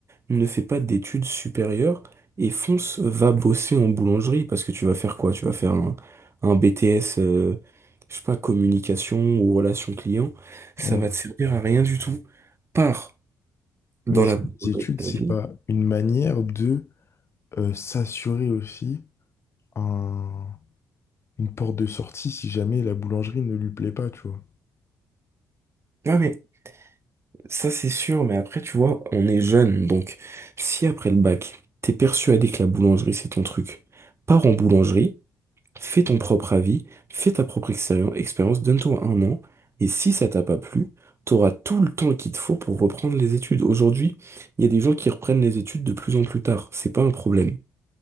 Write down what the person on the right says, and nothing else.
ne fais pas d'études supérieures et fonce, va bosser en boulangerie parce que tu vas faire quoi? Tu vas faire un, un BTS, euh, je sais pas, communication ou relation client. Ça
va te servir à rien du tout. Pars dans
la
boulangerie
de ta
vie.
Ah mais ça c'est sûr, mais après tu vois, on est jeune, donc si après le bac, t'es persuadé que la boulangerie c'est ton truc, pars en boulangerie, Fais ton propre avis, fais ta propre expéri- expérience, donne-toi un an, et si ça t'a pas plu, t'auras tout le temps qu'il te faut pour reprendre les études. Aujourd'hui, il y a des gens qui reprennent les études de plus en plus tard, c'est pas un problème.